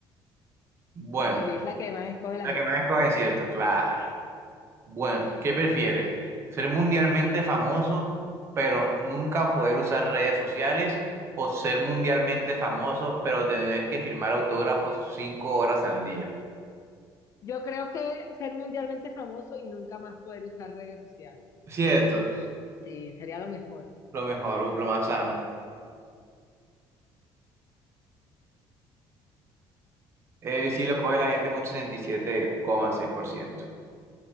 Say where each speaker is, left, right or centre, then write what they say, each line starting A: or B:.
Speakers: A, on the right; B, on the left.
A: Bueno,
B: Y es la que más escoge la
A: la
B: gente
A: que más escogen,
B: también.
A: cierto, claro. Bueno, ¿qué prefieres? ¿Ser mundialmente famoso, pero nunca poder usar redes sociales? ¿O ser mundialmente famoso, pero tener que firmar autógrafos cinco horas al día?
B: Yo creo que ser mundialmente famoso y nunca más poder usar redes sociales.
A: Cierto,
B: Sí, sería lo mejor.
A: lo mejor, uf, lo más sano. Él sí lo coge la gente con 67,6%.